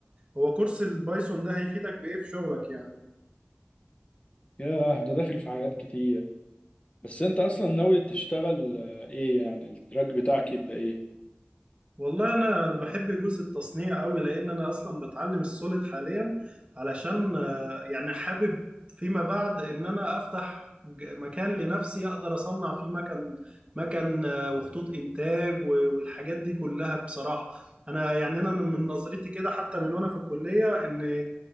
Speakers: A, on the right; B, on the left.
A: هو كورس البايثون ده هيفيدك بايه في شغلك يعني
B: ياه ده داخل في حاجات كتير بس انت اصلا ناوي تشتغل آه، ايه يعني التراك بتاعك يبقى ايه
A: والله انا انا بحب جزء التصنيع قوي لان انا اصلا بتعلم السوليد حاليا علشان آه، يعني حابب فيما بعد ان انا افتح ج- مكان لنفسي اقدر اصنع فيه مكن مكن آه، وخطوط انتاج و- والحاجات دي كلها بصراحة انا يعني انا من من نظرتي كده حتى من وانا في الكلية ان